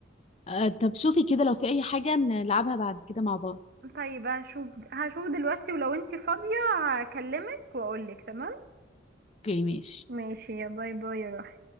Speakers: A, on the left; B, on the right.
A: آه، طب شوفي كده لو في اي حاجه نلعبها بعد كده مع بعض
B: طيب هشوف هشوف دلوقتي ولو انتي فاضيه هكلمك واقولك تمام
A: اوكي ماشي
B: ماشي يا باي باي يا روحي